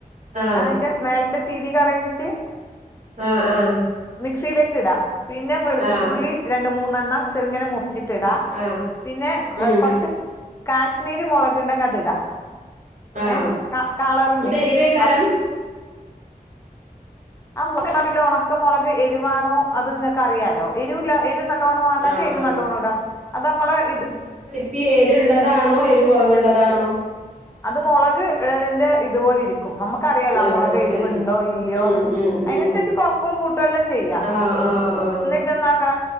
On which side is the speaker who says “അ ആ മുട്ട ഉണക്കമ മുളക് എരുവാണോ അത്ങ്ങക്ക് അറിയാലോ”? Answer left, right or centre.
Left